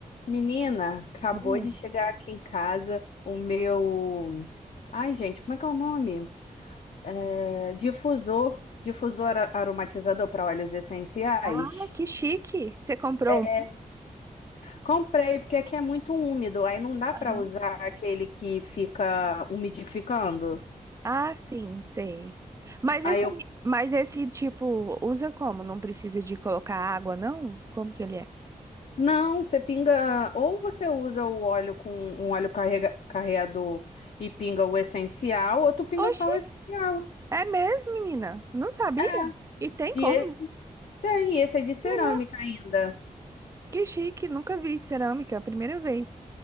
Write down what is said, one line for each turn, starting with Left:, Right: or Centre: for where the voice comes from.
Left: Menina, acabou
Right: Hum.
Left: de chegar aqui em casa o meu. Ai, gente, como é que é o nome? É, Difusor. Difusor ara- aromatizador para óleos essenciais.
Right: Ah, que chique! Você comprou
Left: É,
Right: um?
Left: comprei, porque aqui é muito úmido, aí não dá
Right: Aham.
Left: para usar aquele que fica umidificando.
Right: Ah, sim, sei. Mas
Left: Aí
Right: esse,
Left: eu.
Right: mas esse tipo, usa como? Não precisa de colocar água, não? Como que ele é?
Left: Não, você pinga. Ou você usa o óleo com um óleo carrega- carreador e pinga o essencial, ou tu pinga
Right: Oxi,
Left: só o essencial.
Right: é mesmo, menina? Não sabia?
Left: É.
Right: E tem
Left: E
Right: como?
Left: esse.
Right: Muito
Left: Tem, esse é de cerâmica
Right: legal.
Left: ainda.
Right: Que chique, nunca vi cerâmica, primeira vez.